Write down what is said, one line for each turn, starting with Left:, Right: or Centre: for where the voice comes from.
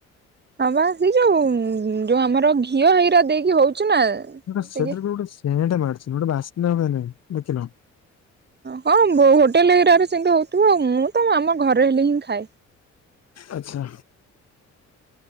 Right: ହଁ ବା ସେଇ ଯୋଉ ଯୋଉ ଆମର ଘିଅ ହଇରା ଦେଇକି ହଉଛି ନା।
Left: ସେଥିରେ
Right: ଟିକେ
Left: ଗୋଟେ ସେଣ୍ଟ ମାରିଛି ଗୋଟେ ବାସ୍ନା ହୁଏ ନାହିଁ ଦେଖିନ।
Right: ହଁ ହୋଟେଲ ଏରିଆରେ ସେମିତି ହଉଥିବ ଆଉ ମୁଁ ତ ଆମ ଘରେ ହେଲି ହିଁ ଖାଏ।
Left: ଆଚ୍ଛା।